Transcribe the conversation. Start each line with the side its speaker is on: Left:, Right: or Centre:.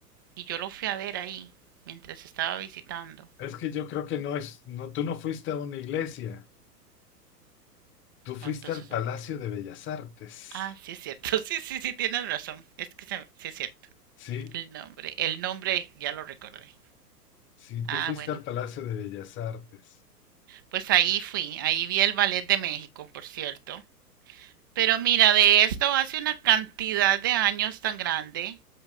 Right: y yo lo fui a ver ahí, mientras estaba visitando.
Left: Es que yo creo que no es, no, tú no fuiste a una iglesia, tú fuiste
Right: Entonces,
Left: al Palacio
Right: an-
Left: de Bellas Artes.
Right: ah, sí es cierto, <laughs> sí, sí, sí, tienes razón, es que se- sí es cierto.
Left: Sí,
Right: El nombre, el nombre ya lo recordé.
Left: sí, tú
Right: Ah,
Left: fuiste
Right: bueno,
Left: al Palacio de Bellas Artes.
Right: pues ahí fui, ahí vi el ballet de México, por cierto. Pero mira, de esto hace una cantidad de años tan grande